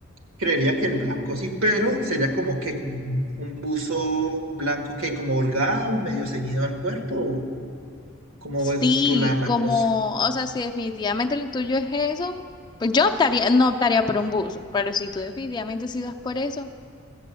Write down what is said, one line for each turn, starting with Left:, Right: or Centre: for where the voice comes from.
Right: creería que el blanco sí, pero sería como que, como un, un buzo blanco que como holgado, medio ceñido al cuerpo, o cómo
Left: Sí,
Right: ves tú la, la
Left: como,
Right: cosa.
Left: o sea, si definitivamente lo tuyo es eso, pues yo optaría, no optaría por un buzo, pero si tú definitivamente sí vas por eso,